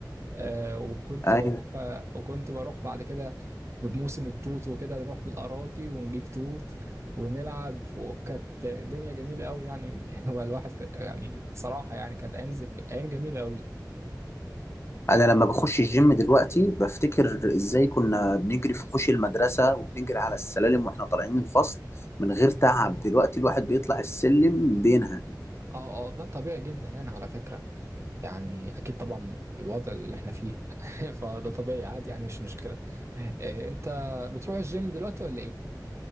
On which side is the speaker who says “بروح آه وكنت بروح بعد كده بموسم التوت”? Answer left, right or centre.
Right